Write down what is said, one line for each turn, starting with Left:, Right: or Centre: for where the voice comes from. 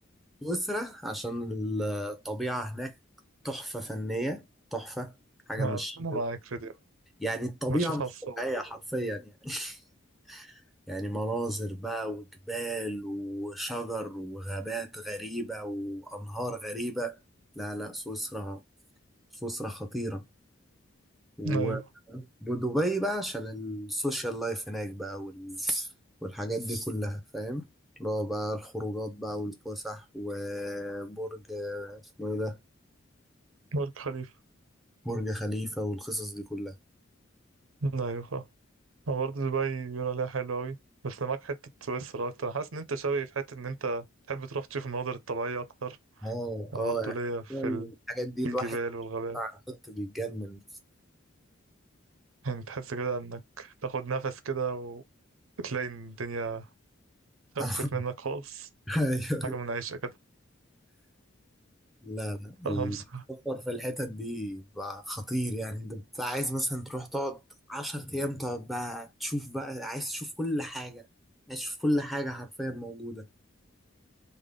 Centre: سويسرا عشان الطبيعة هناك تحفة فنية تحفة حاجة
Right: أنا
Centre: مش
Right: معاك في دي
Centre: يعني الطبيعة
Right: بشوفها
Centre: مش
Right: على الصور
Centre: طبيعية حرفيا يعني <laughs> يعني مناظر بقى وجبال وشجر وغابات غريبة وأنهار غريبة لا لا سويسرا سويسرا خطيرة و-
Right: مم. أيوه
Centre: ودبي بقى عشان السوشيال لايف هناك بقى وال... والحاجات دي كلها فاهم اللي هو بقى الخروجات بقى والفسح وبرج اسمه ايه ده
Right: برج خليفة
Centre: برج خليفة والقصص دي كلها
Right: أيوه فاهم أنا برضه دبي بيقول عليها حلوة أوي بس أنا معاك حتة سويسرا أكتر أنا حاسس إن أنت شبهي في حتة إن أنت تحب تروح تشوف المناظر الطبيعية أكتر
Centre: اه
Right: أنا
Centre: اه
Right: برضه
Centre: يعني
Right: ليا في
Centre: حرفياً
Right: ال-
Centre: الحاجات دي
Right: في
Centre: الواحد
Right: الجبال والغابات
Centre: على النت بيتجنن
Right: يعني تحس كده إنك تاخد نفس كده وتلاقي إن الدنيا خفت
Centre: <laughs>
Right: منك خالص
Centre: ايوه
Right: حاجة منعشة كده
Centre: لا لا
Right: خمسة
Centre: السفر في الحتت دي بقى خطير يعني انت بت- عايز مثلا تروح تقعد 10 ايام تقعد بقى تشوف بقى عايز تشوف كل حاجة عايز تشوف كل حاجة حرفيا موجودة